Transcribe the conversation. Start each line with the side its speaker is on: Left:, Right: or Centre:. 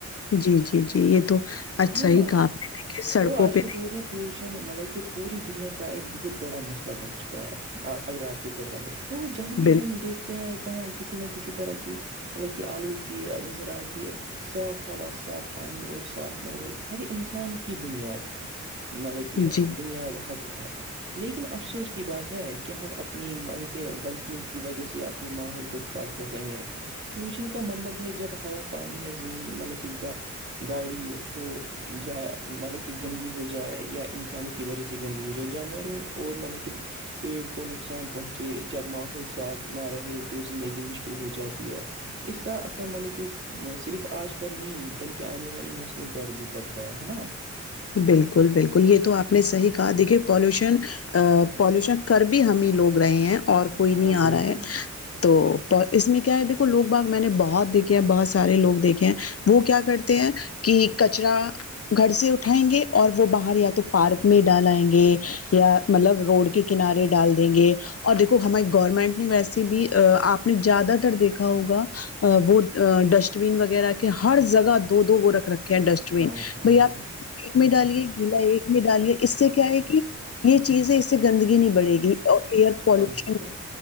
Left: جی جی جی یہ تو اچھا
Right: ہاں
Left: ہی کہ آ نے دیکھیے سڑکوں
Right: تو آج
Left: پہ
Right: کے دور میں پولوشن مطلب کہ پوری دنیا کا ایک بہت بڑا مسئلہ بن چکا ہے اگر آپ کو پتہ ہو تو جہاں بھی
Left: بالکل
Right: ہم دیکھتے ہیں وہاں کسی نہ کسی طرح کی مطلب کہ آلودگی نظر آتی ہے صاف ہوا صاف پانی اور صاف ماحول ہر انسان کی بنیاد مطلب کہ یہ
Left: جی
Right: بنیاد حق ہے لیکن افسوس کی بات ہے کہ ہم اپنی مطلب کہ غلط کی وجہ سے اپنے ماحول کو خراب کر رہے ہیں پولوشن کا مطلب ہے جب ہوا پ پانی یا زمین مطلب کہ گ گاڑی ہو جائے مطلب کہ گندی ہو جائے یا انسانوں وجہ سے گندی ہو جائے جانوروں اور مطلب کہ پیڑ کو نقصان پہنچے جب ماحول بت صاف نہ رہے تو زندگی مشکل ہو جاتی ہے اس کا اثر مطلب کہ صرف آج پر نہیں بلکہ آنے والی نسلوں پر بھی پڑتا ہے نا
Left: بالکل بالکل یہ تو آپ نے صحی کہا دیکھیے پالوشن
Right: ہاں ہاں
Left: پالوشن کر بھی ہمیں لوگ رہے ہیں اور کوئی
Right: ہاں،
Left: نہیں
Right: بالکل۔
Left: آ رہا ہے تو اس میں کیا ہے دیکھو لوگ باغ میں نے بہت دیکھے ہیں بہت سارے لوگ دیکھے ہیں وہ کیا کرتے ہیں کہ کچرا گھر سے اٹ اٹھائیں گے اور وہ باہر یا تو پارک میں ڈالائئیں گے یا مطلب روڈ کے کنارے ڈال دیں گے اور دیکو ہماری گورنمنٹ نے ویسے بھی آپ نے زیادہ تر دیکھا ہوگا وہ ڈسٹ بین وغیرہ کے ہر جگہ دو دو وہ رکھ رکھتے کیا ڈسٹ بین
Right: ہاں، ہاں،
Left: بھائی
Right: ہاں۔
Left: آپ ایک میں ڈالیے گیلا ایک میں ڈالیے اس سے کیا ہے کہ یہ چیزیں سے گندگی نہیں بڑے گی اور ایئر پالوشن
Right: ہاں، بالکل۔